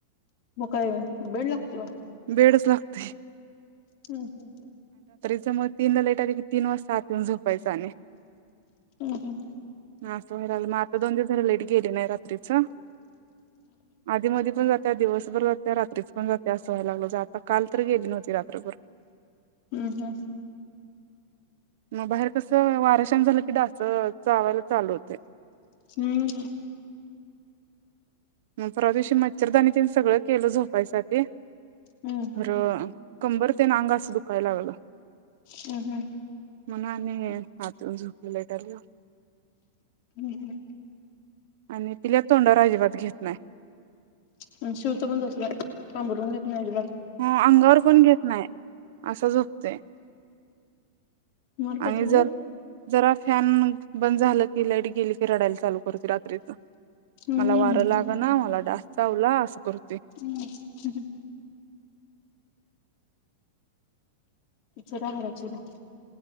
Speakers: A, on the left (about 55°); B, on the right (about 65°).
A: म काय बेड लागतय वाटत.
B: बेडच लागतोय
A: हम्म हम्म
B: त्याच्यामुळं तीन लाईट आले की तीन वाजता आत जाऊन झोपायच आणि
A: हम्म हम्म
B: मग असं व्हाय लागलं म अता दोन दिवस झालं लाईट गेली. गेले नाही रात्रीच आधी मधी पण जा त्या दिवसभर जातीया. रात्रीच पण जातीयास. पायाला लागल जा आता काल तर गेली नव्हती रात्रभर
A: हम्म हम्म
B: मग बाहेर कसं वार शान झालं की डास चावायला चालू होतय.
A: हम्म
B: मग परवा दिवशी मच्छरदानी तेन सगळं केलं झोपायसाठी.
A: हम्म
B: खर कंबर ते अग असं दुखायला लागलं.
A: हम्म हम्
B: म्हणून आणि आत येऊन झोपलो लाईट आली
A: हम्म
B: आणि पिल्या तोंडावर अजिबात घेत नाय.
A: आमचा शिव पण तसल हाय पांघरून घेत नाही अजिबात.
B: ह अंगावर पण घेत नाय असाच झोप तय
A: मला काय
B: आणि
A: झालंय
B: जर जरा फॅन मंग बंद झालं ती लाईट गेली की रडायला चालू करते रात्रीच.
A: हम्म
B: मला वारं लाग ना मला डास चावला असं करू
A: हम्म हम् चुरा भराय चुरा.